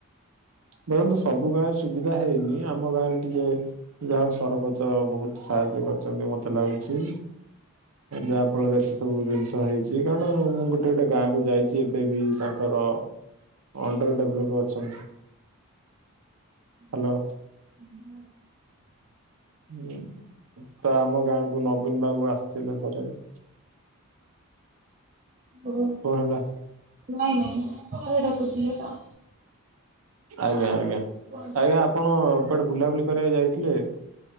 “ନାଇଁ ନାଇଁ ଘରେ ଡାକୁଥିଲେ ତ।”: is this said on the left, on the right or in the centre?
Right